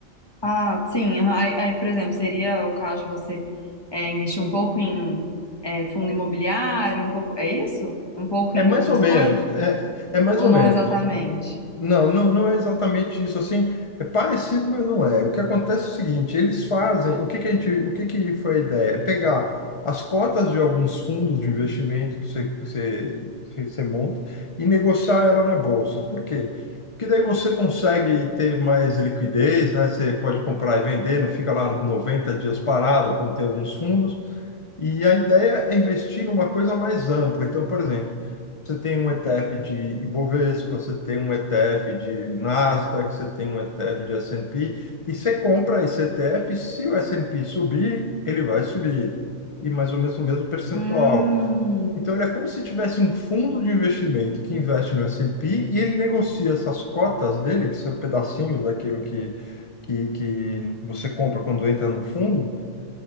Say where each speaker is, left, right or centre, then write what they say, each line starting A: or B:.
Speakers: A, on the left; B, on the left.
A: Ah, sim. aham. Aí, aí, por exemplo, seria o caso de você é, investir um pouco em é, fundo imobiliário, um pouco. É isso? Um pouco
B: É
A: em
B: mais
A: outras
B: ou menos.
A: coisas?
B: É, é mais
A: Ou
B: ou
A: não
B: menos.
A: exatamente?
B: Não, não, não é exatamente isso assim. É parecido, mas não é. O que acontece é o seguinte, eles fazem, o que que a gente, o que que foi a ideia? É pegar as cotas de alguns fundos de investimento que você, que você, que você monta e negociar ela na bolsa. Por quê? Porque daí você consegue ter mais liquidez, né? Você pode comprar e vender, não fica lá 90 dias parado, como tem alguns fundos. E a ideia é investir numa coisa mais ampla. Então, por exemplo, você tem um ETF de Ibovespa, você tem um ETF de Nasdaq, você tem um ETF de S&P, e você compra esse ETF, se o S&P subir, ele vai subir, e mais ou menos o mesmo percentual.
A: Hum.
B: Então, ele é como se tivesse um fundo de investimento que investe no S&P e ele negocia essas cotas dele, que são pedacinhos daquilo que, que, que você compra quando entra num fundo,